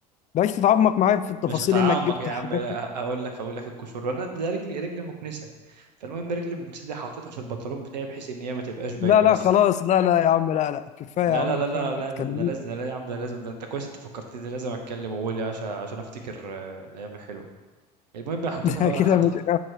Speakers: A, on the left; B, on the right.
A: بلاش تتعمق معايا في التفاصيل
B: مش هتعمق
A: انك جبت
B: يا
A: حاجات
B: عم لا، هقول لك هقول لك الكشور انا ده رجلي رجلي مكنسه فالمهم رجلي المكنسه دي حاططها في البنطلون بتاعي بحيث ان هي ما تبقاش باينه
A: لا لا
B: بس
A: خلاص لا لا يا عم لا لا كفايه
B: لا
A: يا عم
B: لا لا
A: كفايه
B: لا
A: ما
B: لا
A: تكلمنيش
B: ده, ده لازم ده لا يا عم ده لازم ده انت كويس انت فكرتني ده لازم اتكلم واقول يا عشان عشان افتكر آه، الايام الحلوه المهم بقى حطيتها
A: <laughs>
B: بقى
A: كده
B: حط-
A: مش